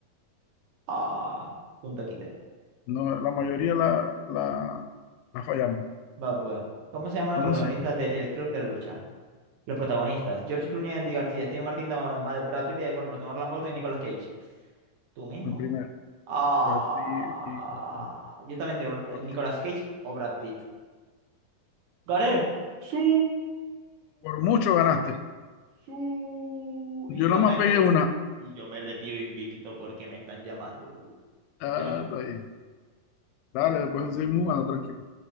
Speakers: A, on the right (about 65°); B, on the left (about 85°).
A: Ah, kun takite.
B: No, la mayoría la, la, la fallamos.
A: Va, pues. ¿Cómo se llaman
B: ¿Cómo
A: los protagonistas
B: se llama?
A: de El Club de la Lucha? Los protagonistas. George Clooney, Andy García, Steve Martin, Dama- Ma- Brad Pitt, Edward Norton, Orlando Burton y Nicolas Cage. Tú mismo.
B: El primero.
A: Ah,
B: Katy y, bueno, no,
A: yo estaba entre Or-
B: Eduardo.
A: Nicolas Cage o Brad Pitt. ¡Gané! ¡Sí!
B: Por mucho ganaste.
A: Su-
B: Yo
A: Y yo
B: nomás
A: me re-
B: pegué una.
A: y yo me retiro invicto porque me están llamando.
B: Ah,
A: Ya van.
B: está bien. Dale, después seguimos jugando, tranquilo.